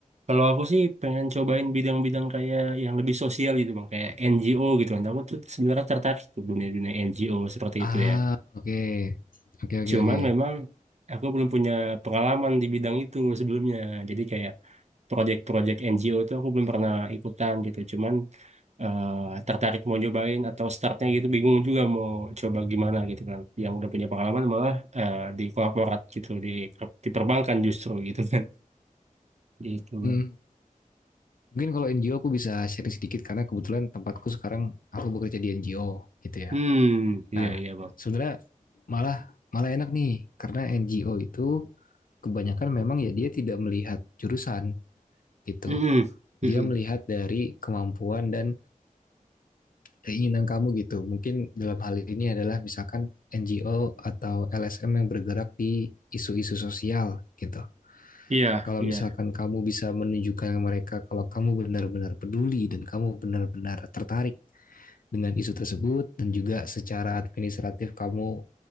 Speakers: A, on the right; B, on the left.
A: Kalau aku sih pengen cobain bidang-bidang kayak yang lebih sosial gitu bang, kayak NGO gitu kan. Aku tuh sebenarnya tertarik tuh dunia-dunia NGO seperti
B: Ah,
A: itu ya.
B: oke, okay. oke, okay, oke, okay,
A: Cuman
B: oke. Okay.
A: memang aku belum punya pengalaman di bidang itu sebelumnya. Jadi kayak project-project NGO itu aku belum pernah ikutan gitu. Cuman eh, tertarik mau nyobain atau startnya gitu bingung juga mau coba gimana gitu kan. Yang udah punya pengalaman malah eh, di korporat gitu, di, di perbankan justru gitu kan. <laughs> Gitu
B: Hmm.
A: bang.
B: Mungkin kalau NGO aku bisa sharing sedikit karena kebetulan tempatku sekarang aku bekerja di NGO gitu ya.
A: Hmm, iya
B: Nah,
A: iya bang.
B: sebenarnya malah malah enak nih karena NGO itu kebanyakan memang ya dia tidak melihat jurusan gitu.
A: Mm-mm, mm-mm.
B: Dia melihat dari kemampuan dan keinginan kamu gitu. Mungkin dalam hal ini adalah misalkan NGO atau LSM yang bergerak di isu-isu sosial gitu.
A: Iya,
B: Kalau
A: iya.
B: misalkan kamu bisa menunjukkan mereka kalau kamu benar-benar peduli dan kamu benar-benar tertarik dengan isu tersebut dan juga secara administratif kamu